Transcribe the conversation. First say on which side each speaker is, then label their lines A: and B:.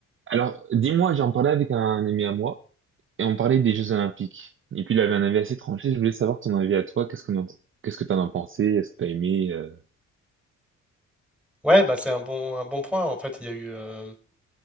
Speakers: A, on the right; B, in the centre.
A: Alors, dis-moi, j'en parlais avec un ami à moi et on parlait des Jeux Olympiques. Et puis il avait un avis assez tranché. Je voulais savoir ton avis à toi. Qu'est-ce que t'en- qu'est-ce que t'en as pensé? Est-ce que t'as aimé? euh,
B: Ouais, bah c'est un bon, un bon point. En fait, il y a eu euh,